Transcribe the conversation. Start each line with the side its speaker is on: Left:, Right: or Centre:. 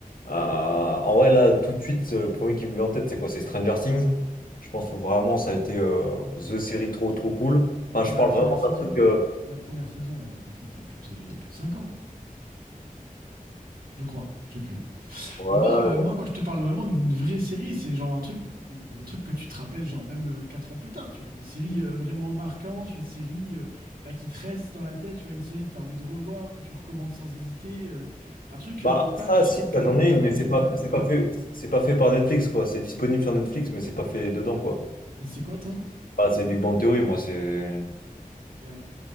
Left: Euh, en vrai, là, tout de suite, euh, le premier qui me vient en tête, c'est quoi? C'est Stranger Things. Je pense que vraiment, ça a été euh, the série trop, trop cool. Enfin,
Right: Non,
Left: je
Right: mais
Left: parle
Right: la première
Left: vraiment
Right: saison,
Left: d'un truc. euh,
Right: la première saison, elle a été faite il y a plus de, il y a plus de cinq ans, je crois. Je sais plus.
Left: Ouais,
Right: Bah, moi, euh,
Left: ouais.
Right: moi, quand je te parle vraiment d'une vraie série, c'est genre un truc, un truc que tu te rappelles genre même euh, quatre ans plus tard, tu vois. Une série euh, vraiment marquante, une série euh, bah, qui te reste dans la tête, tu vois, une série que tu as envie de revoir, que tu recommandes sans hésiter, euh, un truc
Left: Bah,
Right: euh, pas
Left: ça,
Right: juste
Left: si,
Right: comme
Left: ça,
Right: Casa
Left: j'en
Right: des
Left: ai
Right: Papel
Left: une, mais c'est
Right: qui est
Left: pas,
Right: pas à la
Left: c'est
Right: mode,
Left: pas
Right: quoi.
Left: fait, c'est pas fait par Netflix, quoi. C'est disponible sur Netflix, mais c'est pas fait dedans, quoi.
Right: C'est quoi, toi?
Left: Ah, c'est Big Bang Theory, moi, c'est.
Right: Ouais.